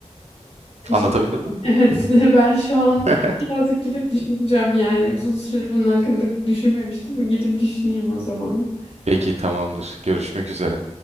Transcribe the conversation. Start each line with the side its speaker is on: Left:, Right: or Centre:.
Left: Teşekkür
Right: Anlatabildim
Left: ederim. <laughs>
Right: mi?
Left: Evet, <laughs> ben şu an
Right: <laughs>
Left: birazcık gidip düşüneceğim yani. Uzun süredir bunun hakkında düşünmemiştim. Gidip düşüneyim o zaman.
Right: Peki tamamdır. Görüşmek üzere.